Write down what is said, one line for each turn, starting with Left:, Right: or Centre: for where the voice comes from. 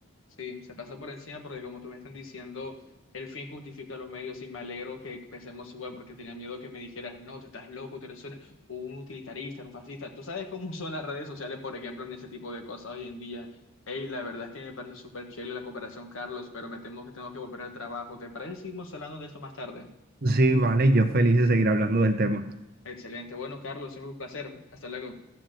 Left: Sí, se pasa por encima porque como tú me estás diciendo, el fin justifica los medios y me alegro que pensemos igual porque tenía miedo que me dijeras, no, tú estás loco, tú eres un, un utilitarista, un fascista. Tú sabes cómo <laughs> son las redes sociales, por ejemplo, en ese tipo de cosas hoy en día. Hey, la verdad es que me pareció súper chévere la cooperación, Carlos, pero me temo que tengo que volver al trabajo. ¿Te parece? si Seguimos hablando de esto más tarde.
Right: Sí, vale, yo feliz de seguir hablando del tema.
Left: Excelente. Bueno, Carlos, siempre un placer. Hasta luego.